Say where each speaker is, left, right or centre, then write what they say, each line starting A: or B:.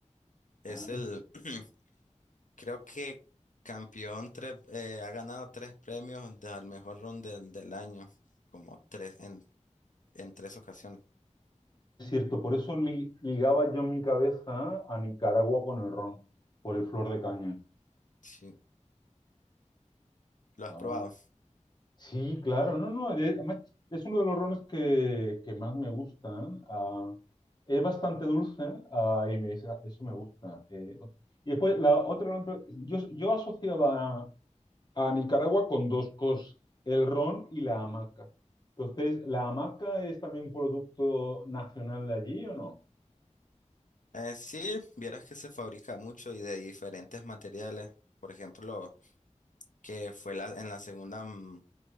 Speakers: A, on the left; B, on the left.
A: Es
B: Ah,
A: el, <clears throat> creo que campeón tres, eh, ha ganado tres premios de al mejor ron del, del año, como tres en, en tres ocasiones.
B: es cierto, por eso li- ligaba yo en mi cabeza a Nicaragua con el ron, por el flor de caña.
A: Sí, ¿lo
B: Ah,
A: has probado?
B: Sí, claro, no, no, de- además es uno de los rones que, que más me gustan. ah, es bastante dulce ah, y me- esa- eso me gusta. eh, ok. Y después, la otra gran pre- yo, yo asociaba a Nicaragua con dos cosas, el ron y la hamaca. Entonces, ¿la hamaca es también un producto nacional de allí o no?
A: Eh, sí, vieras que se fabrica mucho y de diferentes materiales. Por ejemplo, que fue la, en la segunda mm,